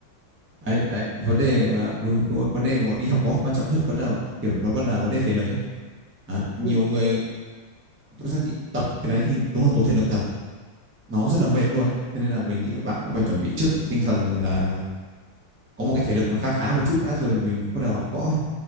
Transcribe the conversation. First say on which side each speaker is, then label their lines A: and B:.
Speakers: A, on the right (about 20°); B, on the right (about 75°).
A: Đấy, đấy vấn đề gọi là đúng, đúng rồi. vấn đề mà đi học võ quan trọng nhất vẫn là kiểu nó vẫn là vấn đề thể lực ấy đấy. nhiều
B: Ừ
A: người thực ra thì tập cái đấy thì đúng là tốn thể lực thật nó rất
B: ừ
A: là mệt luôn đấy thế nên là mình nghĩ là bạn cũng phải chuẩn bị trước cái tinh thần gọi là có một cái thể lực nó
B: ừ.
A: khá khá một chút đã rồi mình bắt đầu học võ ấy.